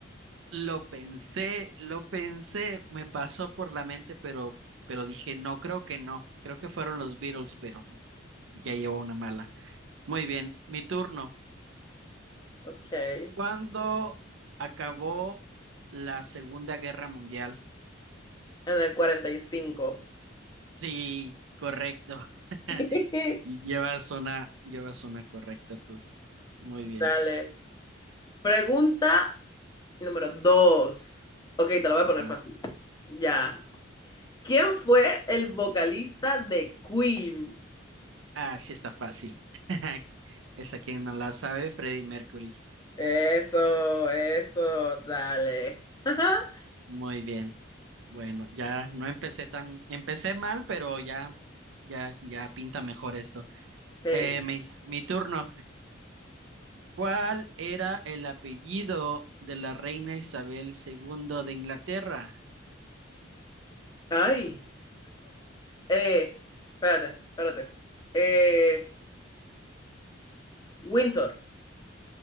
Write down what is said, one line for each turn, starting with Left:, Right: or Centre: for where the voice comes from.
Right: Lo pensé, lo pensé, me pasó por la mente, pero, pero dije, no, creo que no. Creo que fueron los Beatles, pero ya llevo una mala. Muy bien, mi turno.
Left: Ok, en
Right: ¿Cuándo acabó la Segunda Guerra Mundial?
Left: el 45
Right: Sí, correcto. <laughs>
Left: <laughs>
Right: Llevas una, llevas una correcta tú. Muy
Left: Dale.
Right: bien.
Left: Pregunta número dos. Ok, te la voy a
Right: Ajá.
Left: poner fácil. Ya. ¿Quién fue el vocalista de Queen?
Right: Ah, sí está fácil. <laughs> Esa quien no la sabe, Freddie Mercury.
Left: Eso, eso, dale. <laughs>
Right: Muy bien. Bueno, ya no empecé tan, empecé mal, pero ya, ya, ya pinta mejor esto.
Left: Sí.
Right: Eh, mi, mi turno. ¿Cuál era el apellido de la reina Isabel II de Inglaterra?
Left: Ay, eh, espérate, espérate. Eh, Windsor.